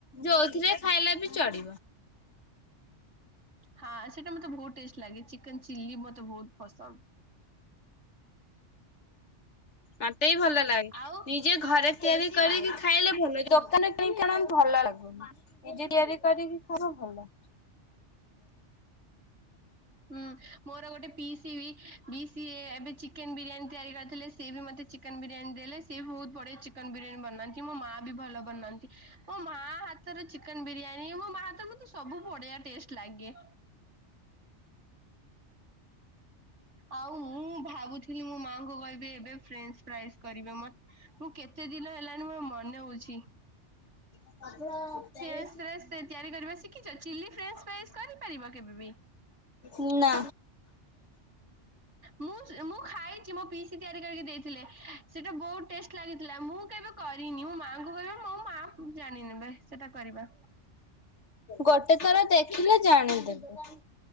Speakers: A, on the left (about 75°); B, on the right (about 80°).
A: ଯୋଉଥିରେ ଖାଇଲେ ବି ଚଳିବ।
B: ହଁ ସେଇଟା ମତେ ବହୁତ ଟେଷ୍ଟ ଲାଗେ ଚିକେନ୍ ଚିଲି ମତେ ବହୁତ ପସନ୍ଦ।
A: ମତେ ବି ଭଲ ଲାଗେ
B: ଆଉ
A: ନିଜେ ଘରେ ତିଆରି କରିକି ଖାଇଲେ ଭଲ ଦୋକାନ କିଣିକି ଆଣନ୍ତି ଭଲ ଲାଗୁନି। ନିଜେ ତିଆରି କରିକି ଖାଅ ଭଲ।
B: ହୁଁ ମୋର ଗୋଟେ ପିଇସି ବି ସିଏ ଏବେ ଚିକେନ୍ ବିରିୟାନୀ ତିଆରି କରିଥିଲେ ସିଏ ବି ମତେ ଚିକେନ୍ ବିରିୟାନୀ ଦେଲେ ସିଏ ବି ବହୁତ ବଢିଆ ଚିକେନ୍ ଚିକେନ୍ ବିରିୟାନୀ ବନାନ୍ତି ମୋ ମା ବି ଭଲ ବନାନ୍ତି। ମୋ ମା ହାତର ଚିକେନ୍ ବିରିୟାନୀ ମୋ ମା ହାତରେ ମତେ ସବୁ ବଢ଼ିଆ ଟେଷ୍ଟ ଲାଗେ। ଆଉ ମୁଁ ଭାବୁଥିଲି ମୋ ମାଆଙ୍କୁ କହିବି ଏବେ ଫ୍ରେଞ୍ଜ ପ୍ରାଇସି କରିବେ ମତେ ମୁଁ କେତେ ଦିନ ହେଲାଣି ମୋ ମନେ ହଉଛି।
A: <inaudible>
B: ଫ୍ରେସ୍ ଫ୍ରେସ୍ ତିଆରି କରିବା ଶିଖିଚ ଚିଲି ଫ୍ରେଞ୍ଜ ଫ୍ରାଇଜି କରିପାରିବ କେବେ ବି?
A: ଉ ନା।
B: ମୁଁ ମୁଁ ଖାଇଛି ମୋ ପିଇସି ତିଆରି କରିକି ଦେଇଥିଲେ ସେଇଟା ବହୁତ ଟେଷ୍ଟ ଲାଗିଥିଲା ମୁଁ କେବେ କରିନି ମୋ ମାଙ୍କୁୁ କହିବେ ମୋ ମା ଜାଣିନେବେ ସେଟା କରିବା।
A: ଗୋଟେ ଥର ଦେଖିଲେ ଜାଣିଦେବେ।